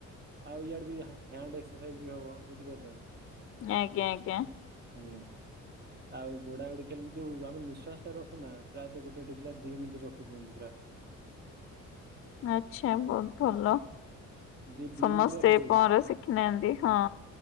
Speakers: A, on the right; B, on the left.
A: ଆଉ ଇଆଡେ ହ୍ୟାଣ୍ଡ ଏକ୍ସର୍ ସାଇଜ ବି ହବ ବୁଝିପାରୁଛନ୍ତି।
B: ଆଜ୍ଞା ଆଜ୍ଞା।
A: ହୁଁ, ଆଉ ଗୋଡା ଗୋଡି ଖେଳି ଲୁ ଯୋଉ ଆ ଯୋଉ ନିଃଶ୍ୱାସ ଟା ରଖୁନା ପ୍ରାୟତ ଗୋଟେ ଗୋଟେ ପିଲା ଦି ମିନିଟ ରଖି ଦିଅନ୍ତି ପୁରା।
B: ଆଚ୍ଛା, ବହୁତ ଭଲ
A: ଯିଏ ଦି
B: ସମସ୍ତେ
A: ମିନିଟ ରଖିଦଉଛି
B: ପହଁରା ଶିଖି ନାହାନ୍ତି ହଁ।